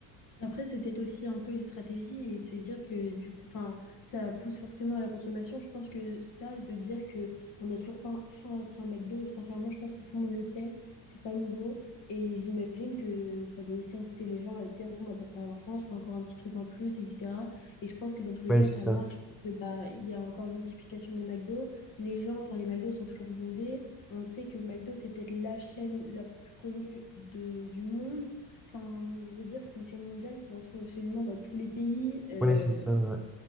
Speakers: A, on the left (about 50°); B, in the centre.
A: Et Après, c'est peut-être aussi un peu une stratégie et de se dire que du coup, enfin, ça pousse forcément à la consommation. Je pense que ça, de dire que on n'a toujours pas faim après un McDo, sincèrement, je pense que tout le monde le sait, c'est pas nouveau. Et j'imagine que ça doit aussi inciter les gens à se dire, bon, bah, pour pas avoir faim, je prends encore un petit truc en plus, etc. Et je pense que dans tous les
B: Ouais,
A: cas,
B: c'est
A: ça
B: ça.
A: marche. parce que, bah, il y a encore une multiplication des McDo. Les gens, enfin, les McDo sont toujours bondés. On sait que McDo, c'est peut-être la chaîne la plus connue de, du monde. Enfin, je veux dire, c'est une chaîne mondiale qu'on retrouve absolument dans tous les pays. euh,
B: Ouais, c'est ça.